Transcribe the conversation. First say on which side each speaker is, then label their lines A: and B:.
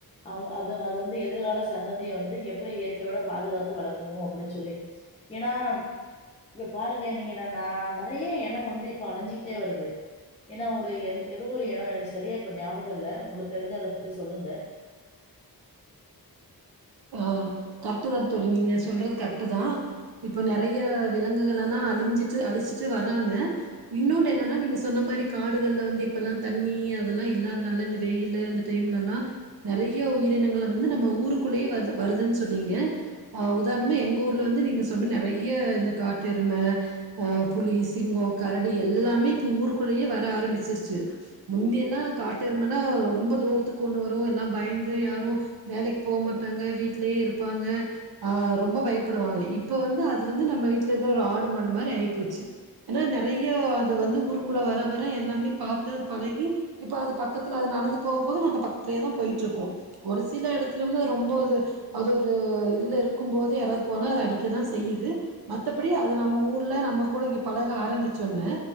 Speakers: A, on the left; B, on the right.
A: அவங்க அது அது வந்து எதுர்கால சந்ததிய வந்து எப்புடி இயற்கையோட பாதுகாத்து வளக்கணு அப்டின் சொல்லி ஏன்னா இப்ப பாருங்க நீங்க என்னன்னா நா நறைய எனோ வந்து இப்ப அழிஞ்சிட்டே வருது ஏன்னா ஒரு என் ஏதோ ஒரு எனோ எனக்கு சரியா இப்ப ஞாபகோ இல்ல உங்களுக்கு தெருஞ்சா அத பத்தி சொல்லுங்க
B: ஆ கரெக்ட்டுதா தோழி நீங்க சொல்றது கரெக்ட்டுதா இப்ப நறைய விலங்குகள் எல்லா அழுஞ்சுட்டு அழிச்சிட்டு வர்றாங்க இன்னொன்னு என்னன்னா நீங்க சொன்ன மாரி காடுகள்ல வந்து இப்பல்லா தண்ணி இதெல்லா இல்லாதனால இந்த வெயிலு இந்த டைம்ல எல்லா நெறைய உயிரினங்கள வந்து நம்ம ஊருக்குள்ளயே வந்து வருதுன் சொன்னீங்க உதாரணமா எங்க ஊர்ல வந்து நீங்க சொன்ற நெறைய இந்த காட்டெரும அ புலி சிங்கோ கரடி எல்லாமே இப்ப ஊருக்குள்ளயே வர ஆரம்பிச்சிருச்சு முந்திய எல்லா காட்டெருமன்னா ரொம்ப தூரத்துக்கு ஒண்ணு வரு எல்லா பயந்து யாரு வேலைக் போ மாட்டாங்க வீட்லயே இருப்பாங்க ஆ ரொம்ப பயப்படுவாங்க இப்ப வந்து அது வந்து நம்ம வீட்ல இருக்குற ஒரு ஆடு மாடு மாரி ஆயி போச்சு ஏன்னா நெறைய அது வந்து ஊருக்குள்ள வர வர எல்லாமே பாத்து அது பழகி இப்போ அது பக்கத்துல அது நடந்து போக போக நாங்க பக்கத்துலயேதா போயிட்ருக்கோ ஒரு சில எடத்துல வந்து அது ரொம்போ அது அது ஒரு இதுல இருக்கும் போது யாராவது போனா அது அடிக்கதா செய்யுது மத்தபடி அது நம்ம ஊருல நம்ம கூட இங்க பழக ஆரம்பிச்சொன்ன